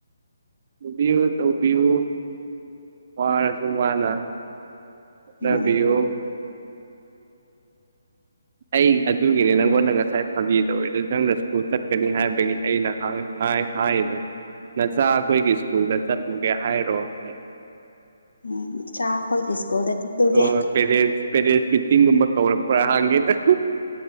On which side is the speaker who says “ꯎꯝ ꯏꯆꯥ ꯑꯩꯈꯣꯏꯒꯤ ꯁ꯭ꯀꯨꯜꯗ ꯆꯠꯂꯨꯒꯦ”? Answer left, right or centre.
Left